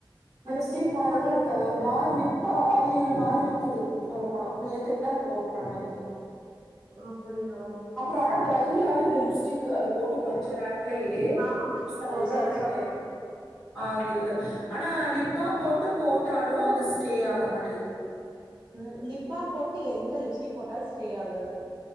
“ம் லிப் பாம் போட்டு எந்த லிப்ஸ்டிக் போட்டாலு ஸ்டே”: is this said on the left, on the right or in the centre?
Right